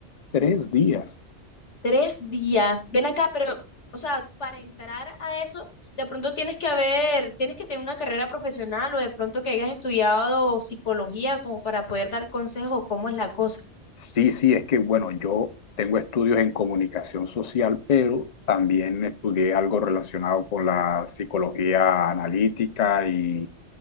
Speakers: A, on the left (about 45°); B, on the left (about 85°).
A: Tres días.
B: Tres días. Ven acá, pero, o sea, para entrar a eso, de pronto tienes que haber, tienes que tener una carrera profesional o de pronto que hayas estudiado psicología como para poder dar consejos, cómo es la cosa.
A: Sí, sí, es que bueno, yo tengo estudios en comunicación social, pero también estudié algo relacionado con la psicología analítica y,